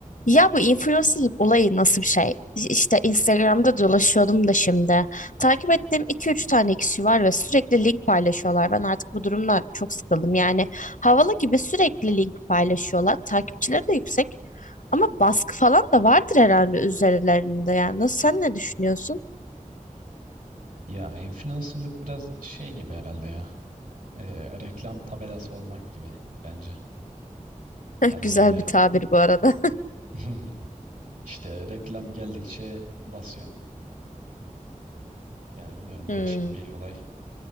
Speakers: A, on the left (about 70°); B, on the right (about 75°).
A: Ya bu influencerlık olayı nasıl bir şey? İşte Instagram'da dolaşıyordum da şimdi. Takip ettiğim iki üç tane kişi var ve sürekli link paylaşıyorlar. Ben artık bu durumdan çok sıkıldım. Yani havalı gibi sürekli link paylaşıyorlar. Takipçileri de yüksek ama baskı falan da vardır herhalde üzerlerinde. Yani nasıl sen ne düşünüyorsun?
B: Ya influencerlık biraz şey gibi herhalde ya. Ee, reklam tabelası olmak gibi bence.
A: <laughs>
B: Hani
A: Güzel
B: böyle
A: bir tabir bu arada.
B: <laughs> işte reklam geldikçe basıyorsun. Yani
A: <laughs>
B: bilmiyorum değişik
A: Hmm.
B: bir olay.